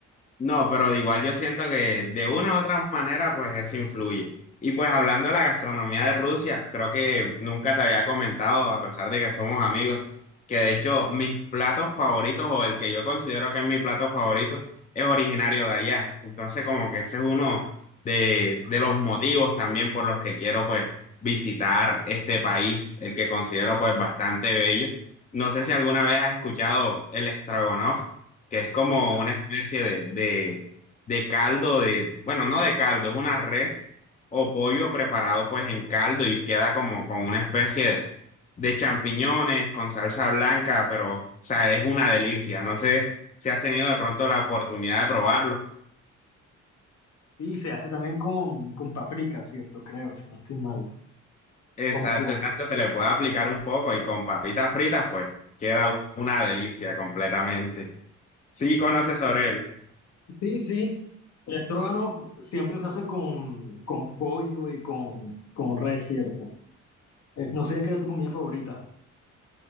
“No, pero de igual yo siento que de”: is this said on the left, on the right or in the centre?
Left